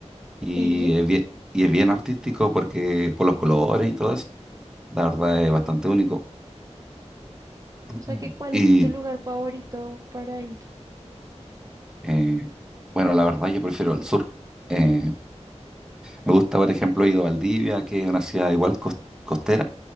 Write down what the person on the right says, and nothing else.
Sí.
O sea
que ¿cuál
es tu lugar favorito para ir?